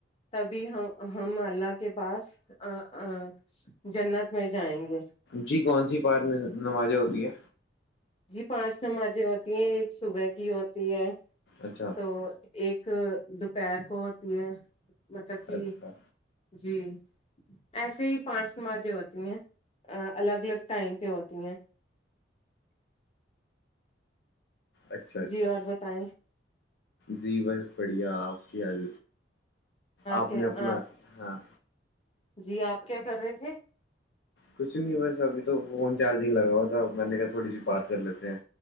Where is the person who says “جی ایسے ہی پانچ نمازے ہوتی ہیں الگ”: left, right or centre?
Left